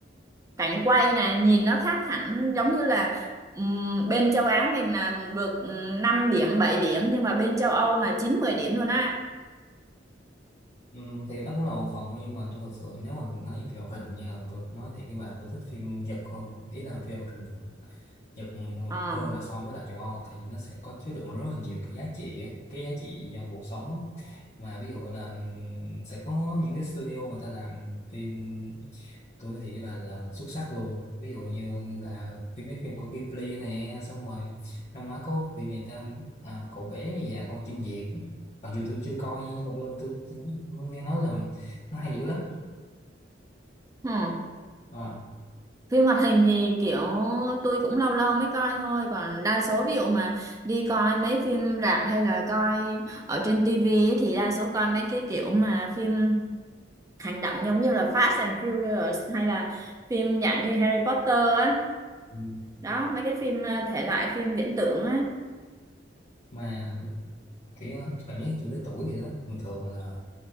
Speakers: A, on the right (about 15°); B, on the left (about 40°).
A: cảnh quay này nhìn nó khác hẳn giống như là ừm, bên châu Á mình là được ừm, 5 điểm 7 điểm nhưng mà bên châu Âu là 9 10 điểm luôn á
B: Ừ, thì đó cũng là một phần thôi nhưng mà tôi thật sự nếu mà nói về phim hoạt hình nha tôi nói thiệt với bà tôi thích phim Nhật hơn ý là phim hoạt hình Nhật Nhật
A: Ờ,
B: hơn là so với lại châu Âu tại vì nó sẽ có chứa đựng rất là nhiều cái giá trị á, cái giá trị trong cuộc sống á. mà ví dụ là ừm, sẽ có những cái studio người ta làm phim tôi thì với bà là xuất sắc luôn ví dụ như là phim mấy phim của Ghibli nè xong rồi năm ngoái có phim gì ta à, cậu bé và con chim diệc mặc dù tôi chưa coi nhưng mà tôi, tôi, tôi nghe nói là nó hay dữ lắm
A: hmm.
B: Ờ,
A: Phim hoạt hình thì kiểu tôi cũng lâu lâu mới coi thôi còn đa số ví dụ mà đi coi mấy phim rạp hay là coi ở trên tivi ấy thì đa số coi mấy cái kiểu mà phim hành động giống như là Fast and Furious hay là phim dạng như Harry Potter á
B: Ừ.
A: đó mấy cái phim ờ, thể loại phim viễn tưởng á
B: mà kiểu cảm giác như tôi tới tuổi vậy đó bình thường là